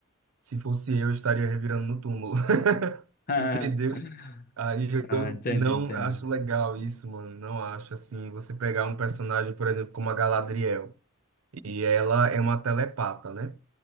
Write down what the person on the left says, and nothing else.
<laughs>
Ah,
entendi,
entendi.